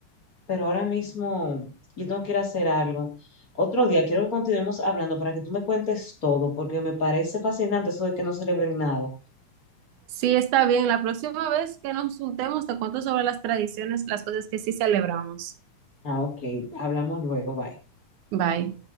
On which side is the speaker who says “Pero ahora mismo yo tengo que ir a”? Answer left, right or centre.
Left